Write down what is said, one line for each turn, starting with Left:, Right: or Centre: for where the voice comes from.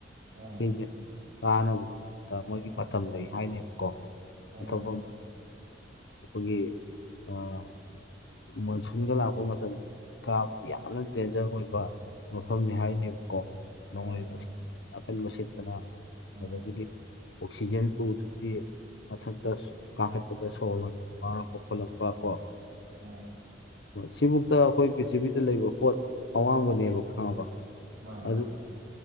Right: ꯎꯝ
Left: ꯁꯤꯁꯦ ꯀꯥꯅꯕ ꯍꯣꯠꯅꯕꯗ ꯃꯣꯏꯒꯤ ꯃꯇꯝ ꯂꯩ ꯍꯥꯏꯅꯦꯕꯀꯣ
Right: ꯎꯝ
Left: ꯑꯇꯣꯞꯄ ꯑꯩꯈꯣꯏꯒꯤ ꯑꯥ ꯃꯣꯟꯁꯨꯟꯒ ꯂꯥꯛꯄ ꯃꯇꯝ ꯀꯥꯕ ꯌꯥꯝꯅ ꯗꯦꯟꯖꯔ ꯑꯣꯏꯕ ꯃꯐꯝꯅꯤ ꯍꯥꯏꯅꯦꯕꯀꯣ ꯅꯣꯡꯂꯩ
Right: ꯎꯝ ꯎꯝ
Left: ꯅꯨꯡꯁꯤꯠ ꯑꯀꯟꯕ ꯁꯤꯠꯇꯅ
Right: ꯎꯝ
Left: ꯑꯗꯒꯤꯗꯤ ꯑꯣꯛꯁꯤꯖꯦꯟ ꯄꯨꯗꯗꯤ ꯃꯊꯛꯇ ꯀꯥꯈꯠꯄꯗ ꯁꯣꯔ ꯍꯣꯟꯕ ꯋꯥꯔꯛꯄ ꯈꯣꯠꯂꯛꯄ ꯀꯣ
Right: ꯎꯝ
Left: ꯁꯤꯕꯨꯛꯇ ꯑꯩꯈꯣꯏ ꯄ꯭ꯔꯤꯊꯤꯕꯤꯗ ꯂꯩꯕ ꯄꯣꯠ ꯑꯋꯥꯡꯕꯅꯦꯕ ꯈꯪꯉꯕ
Right: ꯃꯥꯅꯦ
Left: ꯑꯗꯨ
Right: ꯃꯥꯅꯦ